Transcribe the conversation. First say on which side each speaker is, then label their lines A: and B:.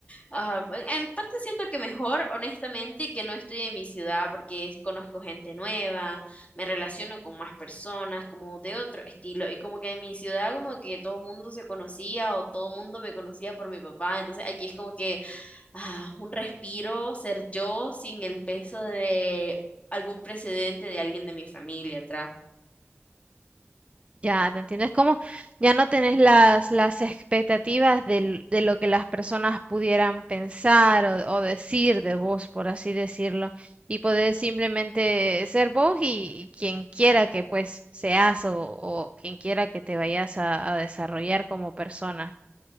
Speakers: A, on the left; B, on the right.
A: Ah, bueno, en parte siento que mejor, honestamente, que no estoy en mi ciudad porque es- conozco gente nueva, me relaciono con más personas, como de otro estilo, y como que en mi ciudad como que todo mundo se conocía o todo mundo me conocía por mi papá, entonces aquí es como que ah, un respiro, ser yo sin el peso de algún precedente de alguien de mi familia atrás.
B: Ya, te entiendo. Es como ya no tenés las, las expectativas del- de lo que las personas pudieran pensar o, o decir de vos, por así decirlo, y poder simplemente ser vos y, y quien quiera que pues seas o, o quien quiera que te vayas a, a desarrollar como persona.